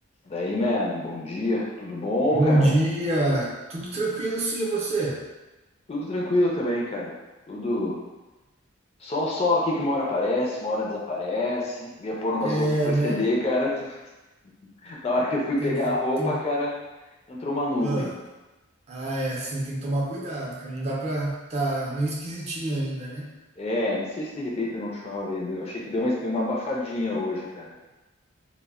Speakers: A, on the left; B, on the right.
A: Daí, man, bom dia. Tudo bom,
B: Bom
A: cara?
B: dia, tudo tranquilo sim, e você?
A: Tudo tranquilo também, cara. Tudo. Sol, só aqui que uma hora aparece, uma hora desaparece. Ia pôr umas
B: É,
A: roupas pra estender,
B: né?
A: cara. <laughs> Na hora que eu fui
B: Tem
A: pegar
B: que
A: a roupa,
B: tem
A: cara, entrou uma nuvem.
B: ah, ah, é assim, tem que tomar cuidado, cara. Não dá pra tá meio esquisitinho ainda, né?
A: É, não sei se de repente não chove. ainda. Eu achei que deu uma, deu uma abafadinha hoje, cara.